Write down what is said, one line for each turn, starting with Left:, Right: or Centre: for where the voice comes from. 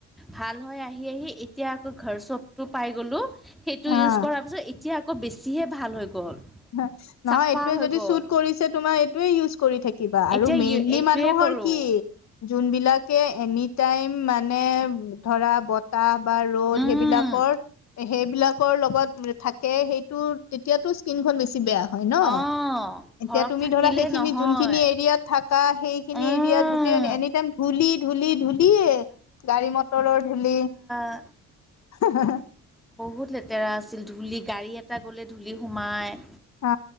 Centre: ভাল হয় আহি - আহি এ তিয়া আকৌ ঘৰ চবটো পাই গ'লোঁ সেইটো
Left: অ'।
Centre: ইউজ কৰাৰ পিছত এতিয়া আকৌ বেছিহে ভাল হৈ গ'ল।
Left: নহয়, নহয়
Centre: চাফা
Left: এইটোয়ে
Centre: হৈ
Left: যদি
Centre: গ'ল
Left: চুট কৰিছে তোমাৰ এইটোয়ে ইউজ কৰি থাকিবা আৰু
Centre: এতিয়া
Left: মেইনলি
Centre: এইটোৱে
Left: মানুহৰ
Centre: কৰোঁ
Left: কি যোনবিলাকে এনি টাইম মানে ধৰা বতাহ বা ৰ'দ
Centre: উম
Left: সেইবিলাকৰ সেইবিলাকৰ লগত থাকে সেইটো তেতিয়াতো তিনখন বেছ ছি বেয়া হয় ন
Centre: অ
Left: এতিয়া
Centre: ঘৰত
Left: তুমি
Centre: থাকিলে
Left: ধৰা সেইখিনি
Centre: নহয়
Left: যোনখিনি এৰিয়াত থাকা সেই খিনি
Centre: উম
Left: এৰীয়াত গোটেই এনি - এনি টাইম ধূলি ধূলি ধুলিয়ে, গাড়ী - মটৰৰ ধূলি
Centre: আ
Left: হা হা হা।
Centre: বহুত লেতেৰা আছিল, ধূলি গাড়ী এটা গ'লে ধূলি সোমাই।
Left: হ